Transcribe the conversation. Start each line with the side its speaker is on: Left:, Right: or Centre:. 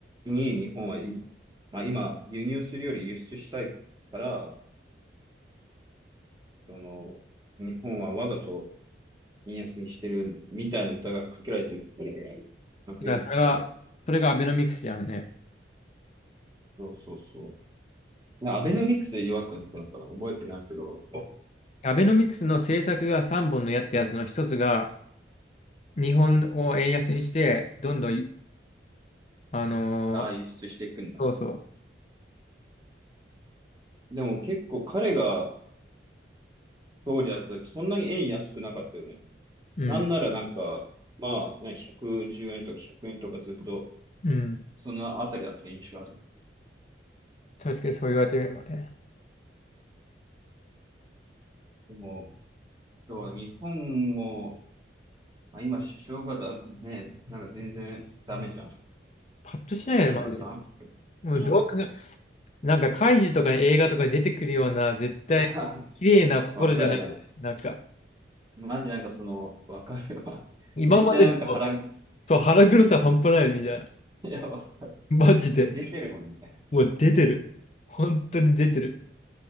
Right: に日本はまあ今、輸入するより輸出したいから、その、日本はわざと見やすぎしてるみたいな歌がかけられてるっていうのをなんか読んだことある。
Left: だからそれが、それがアベノミクスだよね。
Right: そうそうそう。でアベノミクスで弱くなったのかな覚えてないけど、
Left: アベノミクスの政策が3本の矢ってやつの一つが、日本を円安にして、どんどんい、あのー
Right: ああ、輸出していくんだ。
Left: そうそ
Right: でも結構彼が総理だった時、そんなに円安くなかったよね。
Left: う、
Right: なんならなんか、
Left: うん、
Right: まあ、ね、110円とか100円とかずっと、
Left: うん、
Right: そのあたりだった印象ある。
Left: 確かにそう言われてみればね。
Right: でも、そうだ日本も、まあ、今首相がだ、ね、なんか全然ダメじゃん。
Left: パッとしないよね、
Right: 石破さん。
Left: マジで。
Right: <laughs>
Left: もうどうか、
Right: なんか
Left: なんか、カイジとか映画とかに出てくるような、絶対、
Right: <laughs>
Left: 綺麗な心じゃないよね。
Right: わかるわ。
Left: なんか、
Right: マジなんかその、わかるわ。<laughs>
Left: 今までの、
Right: めっちゃなんか腹、う
Left: と腹黒さ半端ないよねみたいな。
Right: ん。いや、わ
Left: マジで。
Right: もう出てるもんね。だか
Left: もう出てる。本当に出てる。